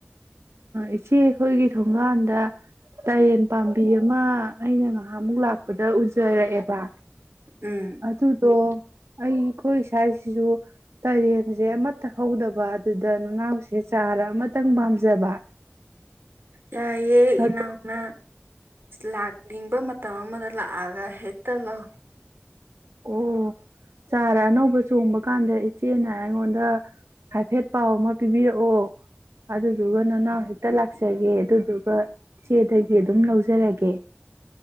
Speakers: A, on the right (about 80°); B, on the right (about 60°).
A: ꯏꯆꯦ ꯑꯩꯈꯣꯏꯒꯤ ꯊꯣꯡꯒꯥꯟꯗ ꯇꯔꯦꯟ ꯄꯥꯝꯕꯤ ꯑꯃ ꯑꯩꯅ ꯉꯥꯏꯍꯥꯥꯛꯃꯨꯛ ꯂꯥꯛꯄꯗ ꯎꯖꯔꯛꯑꯦꯕ
B: ꯎꯝ
A: ꯑꯗꯨꯗꯣ ꯑꯩ ꯑꯩꯈꯣꯏ ꯏꯁꯥꯁꯤꯁꯨ ꯇꯔꯦꯟꯁꯦ ꯑꯃꯠꯇ ꯍꯧꯗꯕ ꯑꯗꯨꯗ ꯅꯅꯥꯎꯁꯦ ꯆꯥꯔ ꯑꯃꯇꯪ ꯄꯥꯝꯖꯕ
B: ꯌꯥꯦ
A: ꯑꯗꯣ
B: ꯏꯅ ꯎꯅ ꯂꯥꯛꯅꯤꯡꯕ ꯃꯇꯝ ꯑꯃꯗ ꯂꯥꯛꯑꯒ ꯍꯦꯛꯇ ꯂꯧ
A: ꯑꯣ ꯆꯥꯔ ꯑꯅꯧꯕ ꯆꯣꯡꯕ ꯀꯥꯟꯗ ꯏꯆꯦꯅ ꯑꯩꯉꯣꯟꯗ ꯍꯥꯏꯐꯦꯠ ꯄꯥꯎ ꯑꯃ ꯄꯤꯕꯤꯔꯛꯑꯣ ꯑꯗꯨꯗ ꯑꯗꯨ ꯎꯒꯅꯅꯥ ꯍꯦꯛꯇ ꯑꯇ ꯂꯥꯛꯆꯒꯦ ꯑꯗꯨꯗꯨꯒ ꯏꯆꯦꯗꯒꯤ ꯑꯗꯨꯝ ꯂꯧꯖꯔꯒꯦ